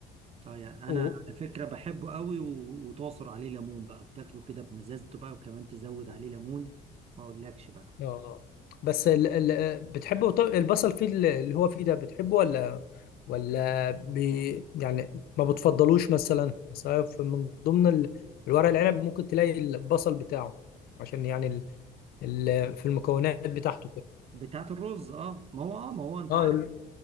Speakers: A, on the right (about 40°); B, on the left (about 65°).
A: اه يعني
B: و-
A: انا على فكره بحبه قوي و- وتعصر عليه ليمون بقى وتاكله كده بمزازته بقى وكمان تزود عليه ليمون ما اقولكش بقى
B: اه بس ال... ال... بتحبه طب البصل فيه ال- اللي هو فيه ده بتحبه ولا ولا بي... يعني ما بتفضلوش مثلا أصل في- من ضمن ال... الورق العنب ممكن تلاقي البصل بتاعه عشان يعني ال... ال... في المكونات بتاعته كده
A: بتاعت الرز اه ما هو اه ما هو انت
B: اه
A: عارف
B: ال-